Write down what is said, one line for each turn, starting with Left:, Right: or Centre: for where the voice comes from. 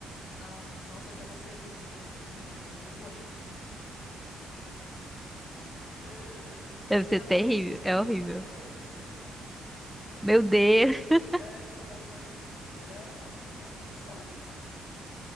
Left: Ah, nossa, já aconteceu isso comigo na academia, a maior vergonha. <laughs> E
Centre: Deve
Left: foi
Centre: ser
Left: à
Centre: terrível,
Left: noite, não foi
Centre: é
Left: nem
Centre: horrível.
Left: de manhã.
Centre: Meu Deus, <laughs>
Left: É, foi à noite. Era, acho que umas seis horas, assim.